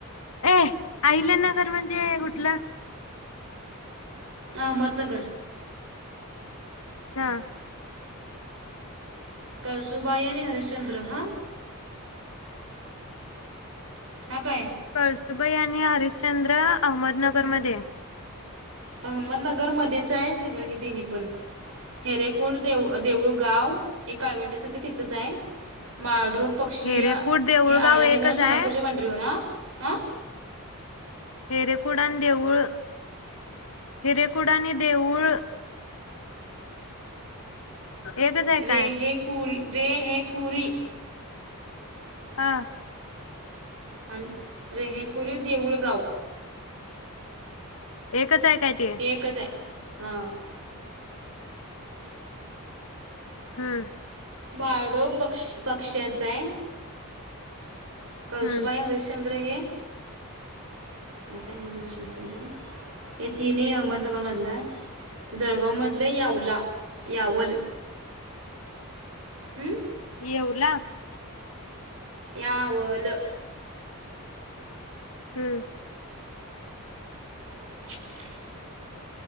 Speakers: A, on the left; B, on the right.
A: ए आहिल्या नगर म्हणजे कुठलं.
B: अहमदनगर
A: हा
B: कळसुबाई आणि हरिश्चंद्र हा ह काय
A: कळसुबाई आणि हरिश्चंद्र अहमदनगरमधेय
B: अहमदनगर मध्येचाय सगळं हे तिनी पण हेरेकोड दे देऊळ गाव हे काळवंट्या साठी तिथंच आहे, माळढोक पक्षी
A: हेरेकूड देऊळगाव
B: हे आहील्यानगर
A: एकच
B: आणि सोलापूरच्या
A: आहे
B: बॉण्ड्रीवर आहे. आ अं?
A: हेरेकुड आणि देऊळ हिरेकुड आणि देऊळ एकच आहे काय
B: रेहे कुळी जे हेै कुरी
A: हां,
B: आणि रेहेकुरी देऊळ गाव
A: एकच आहे. काय ते
B: हे एकच आहे. हां.
A: हम्.
B: बाळडोक पक्ष पक्ष्याच हाय. कळसुबाई
A: हम्म
B: हरिश्चंद्र हे काय नाही मेनशन केलं. हे तीन ही अहमदनगर मधलं आहे. जळगाव मधलं यावला यावल हं?
A: येवला?
B: यावल.
A: हम्म.
B: <inaudible>